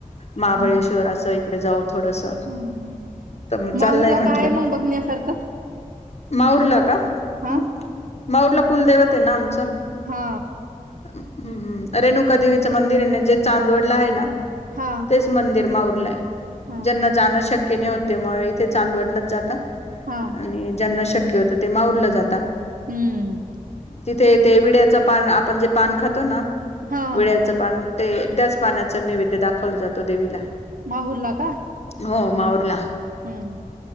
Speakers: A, on the left (about 50°); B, on the right (about 80°).
A: महाबळेश्वर
B: हम्म
A: असं इकडे जाऊ थोडस.
B: हम्म.
A: त मग
B: माहूरला
A: चाललंय म्हंटलं
B: काय मग बघण्यासारखं
A: माहूरला का?
B: हा
A: हम् माहूरला कुलदैवत आहे ना आमचं.
B: हा
A: हम्म हम्म रेणुका देवीचं मंदिर आहे ना जे चांदवडला आहे ना
B: हा
A: तेच मंदिर माहूर
B: हा
A: ज्यांना जाणं शक्य नाही होत म इथे चांदवडला जाता.
B: हा
A: आणि ज्यांना शक्य होतं ते माहूरला जाता.
B: हम्म
A: तिथे ते विड्याचं पान आपण जे पान खातो ना?
B: हा
A: विड्याचं पान ते त्याच पाण्याच नैवेद्य दाखवलं जातो देवीला.
B: माहूरला का?
A: हो माहूरला.
B: हम्म